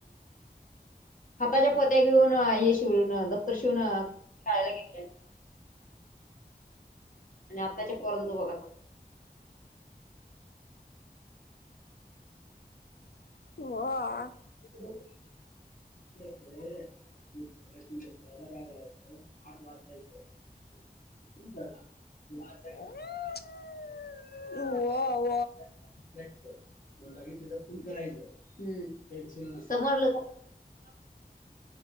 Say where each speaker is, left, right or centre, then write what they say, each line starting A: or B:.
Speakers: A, on the left; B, on the left.
A: हाताच्या पोत्या घेऊन हे शिवून दफ्तर शिवून खायला घेतल्यात आणि आपल्याच्या पोरनचा बघा
B: <unintelligible>
A: <inaudible> पाठवा. <unintelligible>
B: <inaudible> हो.
A: <unintelligible> बलाे त्याचा खून करायचन्ह समोर पेन्सिल.